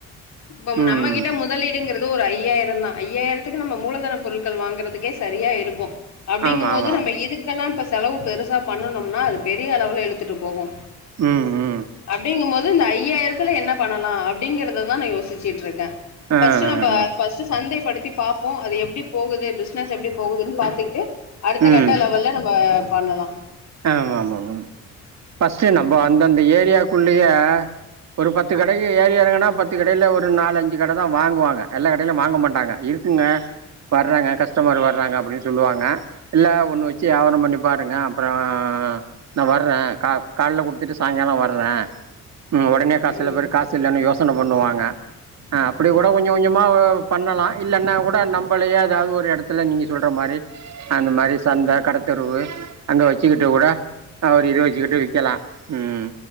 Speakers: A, on the left (about 65°); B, on the right (about 60°).
A: இப்ப நம்மகிட்ட
B: ம்
A: முதலீ ப்படிங்கிறது ஒரு ஐயாயிரோ தா ஐயாயிரத்துக்கு நம்ம மூலதன பொருட்கள் வாங்கறதுக்கே சரியா இருக்கு அப்டிங்குமோது
B: ஆமா ஆமா
A: நம்ம இதுக்கெல்லா இப்ப செலவு பெருசா பண்ணனும்னா அது பெரிய அளவுல இழுத்துட்டு போகு
B: ம் ம்
A: அப்டிங்குமோது இந்த ஐயாயிரத்துல என்ன பண்ணலா அப்டிங்கிறததா நா யோசிச்சுட்ருக்கே
B: ஆ
A: ஃபஸ்ட்டு
B: ஆ
A: நம்ப
B: ஆ
A: ஃபஸ்ட்டு சந்தை படுத்தி பாப்போ அது எப்டி போகுது பிசினஸ் எப்டி போகுதுனு பாத்துக்கிட்டு அடுத்த
B: ம்
A: கட்ட லெவல்ல நம்ம பண்ணலா
B: ஆமா ஆமா ஆமா ஃபஸ்ட்டு நம்ம அந்தந்த ஏரியாக்குள்ளயே ஒரு பத்து கடைக்கு ஏறி எறங்குனா பத் து கடையில ஒரு நாலு அஞ்சு கட தா வாங்குவாங்க எல்லா கடையிலு வாங்க மாட்டாங்க இருக்குங்க வர்றாங்க கஸ்டமர் வ ராங்க அப்படின் சொல்லுவாங்க இல்ல ஒன்னு வெச்சு வியாபாரம் பண்ணி பாருங்க அப்புறோ நா வர்றே கா கால்ல குடுத்துட்டு சாய்ங்காலோ வர்ரே ம் ஒடனே கா சில
A: ம்
B: பேரு காஸ் சில்லன்னு யோசன பண்ணுவாங்க ஆ அப்படி கூட கொஞ்ச கொஞ்சமா ஒ பண்ணலா இல்லன்னா கூட நம்பளயே எதாவது ஒரு எடத்துல நீங்க சொல்ற மாரி அந்த மாரி சந்த கடத்தெருவு அங்க வெச்சுக்கிட்டு கூட அவுரு யோஸ்ச்சுக்கிட்டு விக்கலா ம்